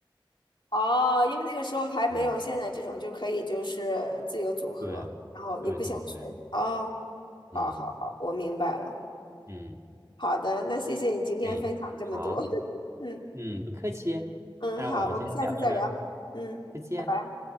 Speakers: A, on the left; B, on the right.
A: 哦，因为那个时候还没有现在这种就可以就是自由组合，
B: 嗯，对，
A: 然后你不想学哦，
B: 对对对，
A: 好好好，
B: 嗯
A: 我明白了。
B: 嗯，
A: 好的，那谢谢你今天分享这么多。
B: 哎，好，
A: <laughs> 嗯
B: 嗯，不客气，
A: 嗯，
B: 那我们先聊到这儿。
A: 好，我们下次再聊。嗯，
B: 再见。
A: 拜拜。